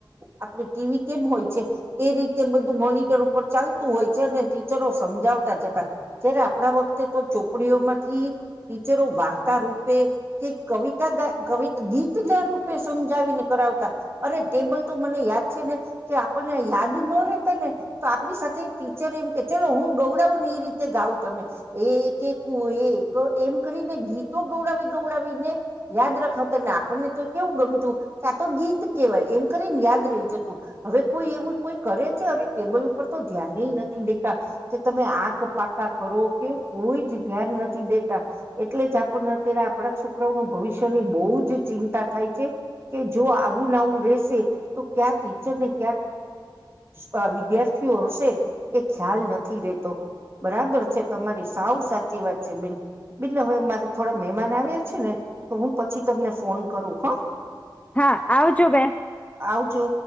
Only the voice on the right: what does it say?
આપડે ટીવી કેમ હોય છે એ રીતે બધું મોનિટર ઉપર ચાલતું હોય છે ને ટીચરો સમજાવતા જતા જ્યારે આપડા વખતે તો ચોપડીઓમાંથી ટીચરો વાર્તા રૂપે કે કવિતા ગા કવિ ગીતના રૂપે સમજાવીને કરાવતા અરે ટેબલ તો મને યાદ છે ને કે આપણને યાદ ન રેતા ને તો આપડી સાથે ટીચર એમ કે ચલો હું ગૌડાવ ને એ રીતે ગાવ તમે એકે કુ એક એમ કરીને ગીતો ગૌડાવી. ગવડાવીને યાદ રખાવતા ને આપણને તો કેવું ગમતું કે આ તો ગીત કેવાય એમ કરીને યાદ રહી જતું હવે કોઈ એવું કોઈ કરે છે અરે ટેબલ ઉપર તો ધ્યાનેય નથી દેતા કે તમે આંખ પાકા કરો કેવું કોઈ જ ધ્યાન નથી દેતા એટલે જ આપને અત્યારે પડા છોકરાઓ નું ભવિષ્યની બઉ જ ચિંતા થાય છે કે જો આવું ના આવું રેશે તો ક્યા ટીચરને ક્યાં બ વિદ્યાર્થીઓ હશે એ ખ્યાલ નથી રેતો બરાબર છે તમારી સાવ સાચી વાત છે બીન બીન હવે મારે થોડા મહેમાન આવ્યા છે ને તો હું પછી તમને ફોન કરું હા.
આવજો.